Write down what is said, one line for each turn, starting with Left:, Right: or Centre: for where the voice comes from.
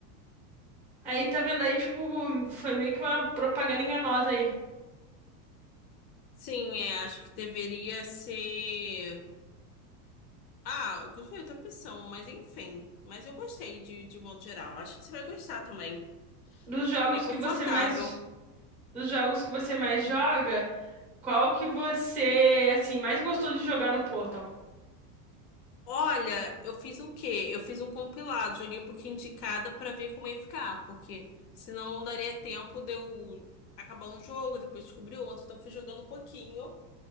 Centre: aí tá vendo aí, tipo, foi meio que uma propaganda enganosa aí.
Left: Sim, é, acho que deveria ser. Ah, que foi outra opção, mas enfim. Mas eu gostei de, de modo geral. Acho que você vai gostar também.
Centre: Dos jogos
Left: É confortável.
Centre: que você mais, dos jogos que você mais joga, qual que você, assim, mais gostou de jogar no Portal?
Left: Olha, eu fiz o quê? Eu fiz um compilado, joguei um pouquinho de cada pra ver como ia ficar, porque senão não daria tempo de eu acabar um jogo, depois descobrir outro. Então fui jogando um pouquinho.